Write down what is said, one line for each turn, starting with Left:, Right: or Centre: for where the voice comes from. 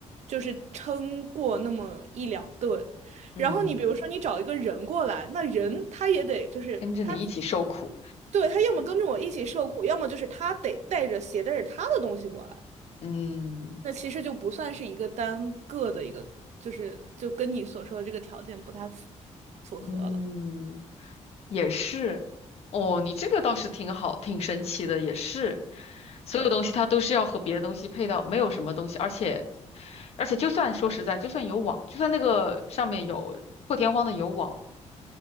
Right: 就是撑过那么一两顿。
Left: 嗯，
Right: 然后你比如说你找一个人过来，那人他也得就是他
Left: 跟着你一起受苦，
Right: 对，他要么跟着我一起受苦，要么就是他得带着携带着他的东西过来。
Left: 嗯。
Right: 那其实就不算是一个单个的一个，就是就跟你所说的这个条件不太符符合了。
Left: 嗯，也是。哦，你这个倒是挺好，挺神奇的，也是。所有东西它都是要和别的东西配套，没有什么东西，而且，而且就算说实在，就算有网，就算那个上面有破天荒的有网。